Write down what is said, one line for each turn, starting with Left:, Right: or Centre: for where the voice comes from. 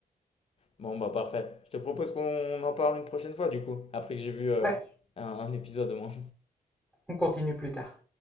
Left: Bon bah parfait. Je te propose qu'on en parle une prochaine fois du coup, après que j'ai vu, heu,
Centre: Ouais,
Left: un un épisode au moins.
Centre: on continue plus tard.